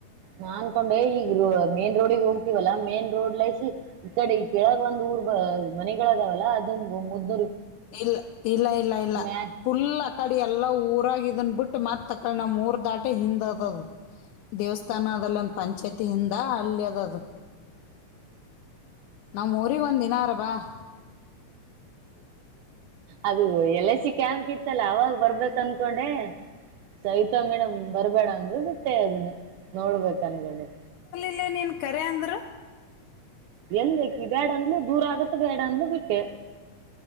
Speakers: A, on the right (about 80°); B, on the left (about 80°).
A: ನಾ ಅನ್ಕೊಂಡೆ ಈಗ ಮೇನ್ ರೋಡಿಗೆ ಹೋಗ್ತಿೀವಲ್ಲಾ ಮೇನ್ ರೋಡ್ಲಸ ಈ ಕಡೆ ಈ ಕೆಳದ್ ಒಂದ್ ಊರ್ ಮನೆಗಳದಾವಲ್ಲ ಅದು ಮುದ್ದ
B: ಇಲ್ಲ ಇಲ್ಲ ಇಲ್ಲ ಇಲ್ಲ
A: ಮ್ಯಾ
B: ಫುಲ್ ಕಡಿಯ ಎಲ್ಲ ಊರಾಗಿದನ್ ಬಿಟ್ಟು ಮತ್ತೆ ತಕೊಂಡ ನ ಮೂರ್ ದಾಟೆ ಹಿಂದ್ ಅದದ ದೇವಸ್ಥಾನದದಲ್ಲಿ ಒಂದು ಪಂಚಾಯತಿ ಹಿಂದ ಅಲ್ಲಿ ಅದದು ನಮ್ಮ ಊರಿಗೆ ಒಂದ ದಿನ ಅರ ವಾಹ್
A: ಅದು ಎಲ್ ಐ ಸಿ ಕ್ಯಾಂಪ್ ಇತ್ತಲ್ಲ ಅವಾಗ ಬರ್ಬೇಕ ಅಂದಕೊಂಡೆ ಸವಿತಾ ಮೇಡಮ್ ಬರ್ಬೇಡ ಅಂದ್ರು ಬಿಟ್ಟೆ ಅದನ್ನ ನೋಡ್ಬೇಕ ಅನ್ಕೊಂಡಿ
B: ಇ ನೀನ್ ಕರೆ ಅಂದ್ರ
A: ಎಲ್ಲಕಿ ಬೇಡ ಅಂದ್ಲೂ ದೂರ ಆಗತ್ತ ಬೇಡ ಅಂದ್ಲೂ ಬಿಟ್ಟೆ